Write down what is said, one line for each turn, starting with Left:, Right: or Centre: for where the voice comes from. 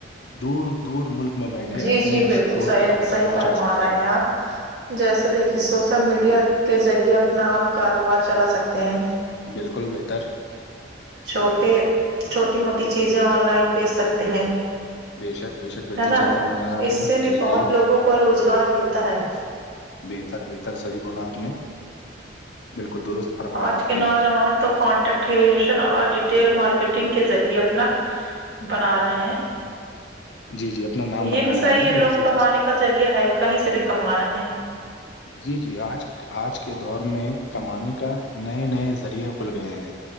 Left: دور دور ملک میں بیٹھے
Right: جی
Left: اپنے
Right: جی
Left: اس
Right: بالکل
Left: دوست
Right: صحیح
Left: اب تک
Right: صحیح
Left: پہنچا
Right: فرما
Left: سکتے
Right: رہے
Left: ہیں
Right: آپ جیسے دیکھیے سوشل میڈیا کے ذریعے اپنا آپ کاروبار چلا سکتے ہیں
Left: بالکل بہتر
Right: چھوٹے چھوٹی موٹی چیزیں آن لائن بیچ سکتے ہیں
Left: بےشک بےشک بالکل
Right: ہے نا
Left: صحیح فرمایا آپ
Right: اس
Left: نے
Right: سے بھی
Left: جی
Right: بہت
Left: جی
Right: لوگوں کو روزگار ملتا ہے
Left: بہتر بہتر صحیح بولا آپ نے بالکل درست فرمایا
Right: آج
Left: آپ
Right: کے
Left: نے
Right: نوجوان تو کانٹیکٹ کریشن اور ریٹیل مارکیٹنگ کے ذریعے اپنا بنا رہے ہیں
Left: جی جی اپنا
Right: اور
Left: نام بنا
Right: یہ بھی
Left: رہے
Right: صحیح
Left: ہیں
Right: ہے
Left: وہ
Right: لوگ
Left: اس-
Right: کمانے کا ذریعہ ہے کہیں سے بھی کما رہے ہیں
Left: جی جی آج آج کے دور میں کمانے کا نئے نئے ذریعے کھل گئے ہیں